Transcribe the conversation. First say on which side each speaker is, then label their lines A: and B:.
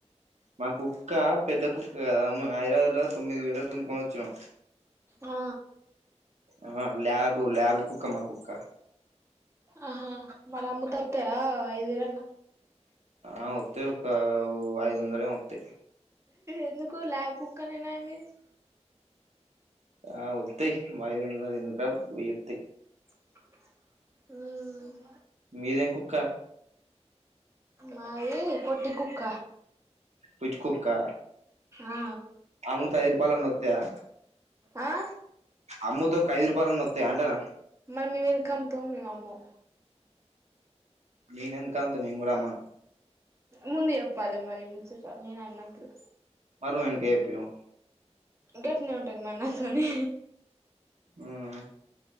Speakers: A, on the right (about 75°); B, on the right (about 25°).
A: మా కుక్క పెద్దకుక్క కదా, హైదరాబాద్ లో తొమ్మిదివేలకి కొనుక్కోని వచ్చినం.
B: ఆ
A: అ ల్యాబు ల్యాబుకుక్క మా కుక్క
B: ఆహా మరి అమ్మితే వత్తయా ఐదువేలన్న?
A: ఆ వత్తయి ఒక ఐదువందలు ఏమో వత్తయి.
B: ఎందుకు ల్యాబ్ కుక్కనేనా <unintelligible>
A: ఆ వత్తయి, ఐదొందలెందుకరావు వెయ్యొత్తయి.
B: ఉమ్
A: మీదేం కుక్క?
B: మాది పొట్టికుక్క
A: పిచ్చికుక్కా,
B: ఆ
A: అమ్మితే ఐదు రూపాయలన్నా వత్తయ్యా?
B: ఆ
A: అమ్ముతే ఒక ఐదురూపాయలన్న వత్తయ్యా అంటున్నా.
B: మరి మేము ఎందుకు అమ్ముతాం, మేము అమ్మం.
A: నేనెందుకంత నేను కూడా అమ్మను
B: ముందు చెప్పాలి మరీ ముచ్చట్ ట నేను అన్నప్పుడు
A: మరుం ఎనక ఏపియ్యం
B: గట్లనే ఉంటది మనతోని
A: ఉమ్